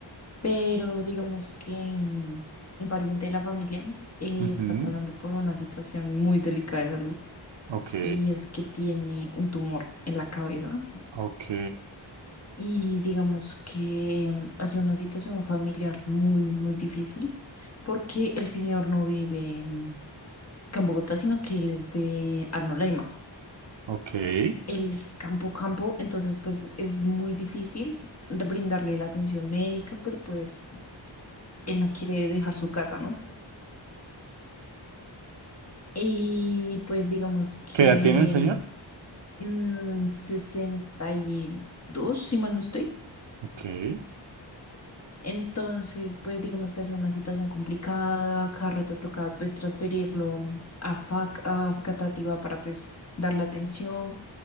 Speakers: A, on the left (about 35°); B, on the right (about 70°).
A: pero digamos que mm, un pariente de la familia eh,
B: ujú,
A: está pasando por una situación muy delicada de salud
B: Ok,
A: y es que tiene un tumor en la cabeza.
B: ok,
A: y digamos que mm, ha sido una situación familiar muy, muy difícil porque el señor no vive en Campo Bogotá, sino que él es de Arnolaima.
B: ok. ¿Qué
A: Él es campo campo, entonces pues es muy difícil brindarle la atención médica, pero pues él no quiere dejar su casa, ¿no? Y pues digamos que
B: edad tiene el señor?
A: mm, 62, si mal no estoy.
B: Ok,
A: Entonces, pues digamos que ha sido una situación complicada, cada rato toca pues transferirlo a FAC, a Facatativá para pues darle atención,